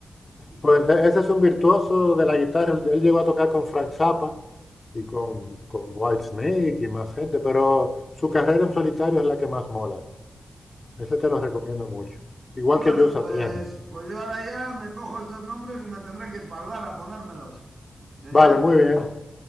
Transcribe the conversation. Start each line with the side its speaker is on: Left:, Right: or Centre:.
Left: Pues
Right: <laughs>
Left: e- ese es un virtuoso de la guitarra. Él él llegó a tocar con Frank Zappa y con, con Whitesnake y más gente, pero su carrera en solitario es la que más mola. Ese te lo recomiendo mucho. Igual
Right: Bueno,
Left: que Joe Satriani.
Right: pues, pues yo ahora ya me cojo estos nombres y me tendré que ir para el bar a ponérmelos. Ya,
Left: Vale,
Right: ya,
Left: muy bien.